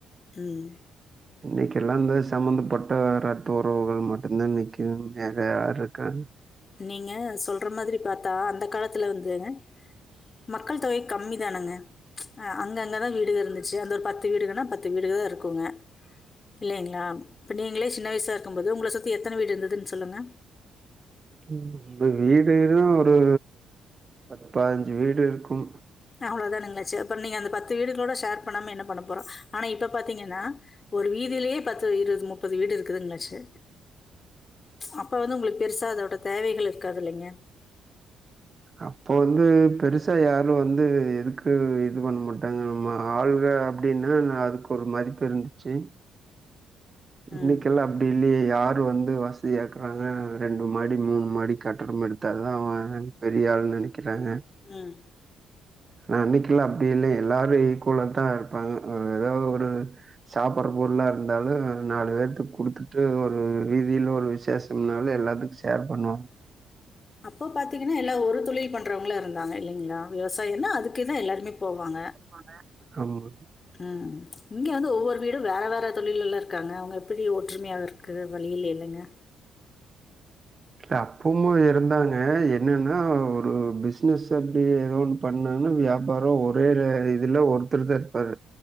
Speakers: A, on the left; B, on the right.
A: ம்
B: இன்னைக்கெல்லா அந்த சம்பந்தப்பட்ட ரத்த உறவுகள் மட்டும்தா நிக்கறாங்க வேற யாரு இருக்காங்க
A: நீங்க சொல்ற மாதிரி பாத்தா அந்த காலத்துல வந்துங்க மக்கள் தொகை கம்மி தானுங்க அ அங்கங்கதா வீடுகள் இருந்துச்சு அந்த ஒரு பத்து வீடுகள்ன்னா பத் து வீடுகள்தா இருக்குங்க இல்லைங்ளா இப்ப நீங்களே சின்ன வயசாக இருக்கும்போது உங்கள சுத்தி எத்தன வீடு இருந்ததுன்னு சொல்லுங்க
B: <unintelligible> இப்ப வீடுன்னா ஒரு பத் பதினெஞ்சு வீடு இருக்கு
A: அவ்வளோதானுங்க சேர் அப்பறோ நீங்க அந்த பத்து வீடுகளோட ஷேர் பண்ணாம என்ன பண்ண போறோ ஆனா இப்ப பாத்தீங்கன்னா ஒரு வீதியிலேயே பத்து இருபது முப்பது வீடு இருக்குதுங்காச்சு அப்ப வந்து உங்களுக்கு பெருசா அதோட தேவைகள் இருக்காது இல்லைங்க
B: அப்ப வந்து பெருசா யாரு வந்து எதுக்கு இது பண்ண மாட்டாங்க நம்ம ஆள்க அப்படின்னா அதுக்கு ஒரு மதிப்புயிருந்துச்சு இன்னைக்கெல்லா
A: ம்.
B: அப்படி இல்லையே யாரு வந்து வசதியாருக்குறாங்க ரெண்டு மாடி மூணு மாடி கட்டடோமெடுத்தா தா அவுங்க பெரிய ஆள் நெனைக்கிறாங்க
A: ம்
B: அ அன்னைக்கில்லா அப்பிடி இல்லூ எல்லாரு ஈக்குவல்லா தா இருப்பாங்க ஏதாவது ஒரு சாப்புட்ற பொருல்லா இருந்தாலு நாலு பேத்துக்கு குடுத்துட்டு ஒரு ரீதியில ஒரு விசேஷோம்னாலே எல்லாத்துக்கு ஷேர் பண்ணு
A: அப்ப பாத்திங்கன்னா எல்லா ஒரு தொழில் பண்ணுறவங்களா இருந்தாங்க இல்லைங்களா விவசாயோன்னா அதுக்கு தா எல்லாருமே போவாங்க
B: போன ஆமா
A: ம் இங்க வந்து ஒவ்வொரு வீடு வேற வேற தொழில்லல்லா இருக்காங்க அவுங்க எப்பிடி ஒற்றுமையா இருக் குற வழியில இல்லங்க
B: அப்போமு இருந்தாங்க என்னன்னா ஒரு பிஸ் ஸ்னஸ அப்படி ஏதோ ஒன்னு பண்ணாங்னா வியாபாரோ ஒரே இதுல ஒருத்தர் தா இருப்பாரு